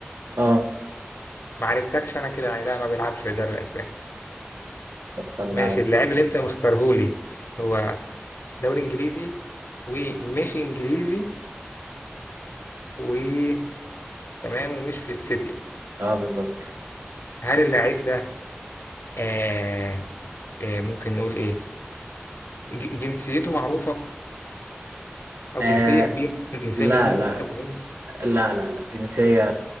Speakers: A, on the right; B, on the left.
A: اه
B: ما عرفتكش انا كده يعني لا ما بيلعبش في الدوري الاسباني
A: اختار
B: ماشي
A: لاعب
B: اللاعب اللي انت مختارهولي هو دوري انجليزي ومش انجليزي وتمام ومش في السيتي
A: اه بالظبط
B: هل اللاعب ده آه آه ممكن نقول ايه ج- جنسيته معروفة او
A: آه
B: جنسية كبيرة جنسية
A: لا
B: مهمة
A: لا
B: منتخب مهم
A: لا لا لا جنسية